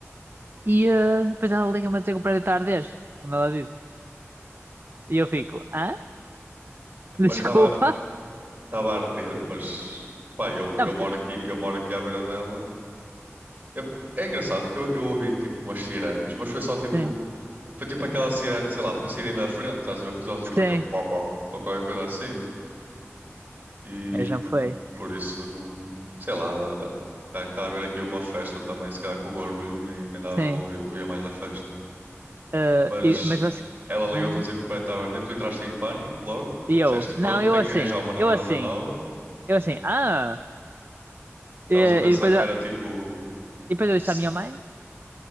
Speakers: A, on the right; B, on the right.
A: e ah, depois ela liga-me a dizer que o prédio está a arder, onde ela vive. E eu fico, hã?
B: mas
A: <laughs> Desculpa?
B: estava estava a arder, mas pá, eu,
A: Não,
B: eu
A: porque.
B: moro aqui, eu moro aqui à beira dela. Eu- é engraçado porque eu, eu ouvi tipo umas sirenes, mas foi só tipo,
A: Sim,
B: foi tipo aquela sirene, sei lá, para saírem da frente, estás a ver? Foi só tipo
A: sim,
B: aquele pop pop ou qualquer coisa assim. E
A: eu já foi,
B: por isso não, sei lá, está tá tá a haver aqui uma festa também, se calhar com o barulho, nem, nem dava
A: sim.
B: para ouvir, ouvia mais a festa.
A: Ah,
B: Mas
A: e- mas você.
B: ela ligou-te
A: É, é.
B: a dizer que o prédio estava a arder. Tu entraste em pânico logo.
A: E eu,
B: Disseste, pronto,
A: não, eu
B: tenho
A: assim,
B: que arranjar uma namorada
A: eu assim,
B: nova.
A: eu assim, ah!
B: Estavas
A: E,
B: a pensar
A: e depois,
B: que
A: eu-
B: era tipo,
A: e depois eu
B: c-
A: disse à minha mãe,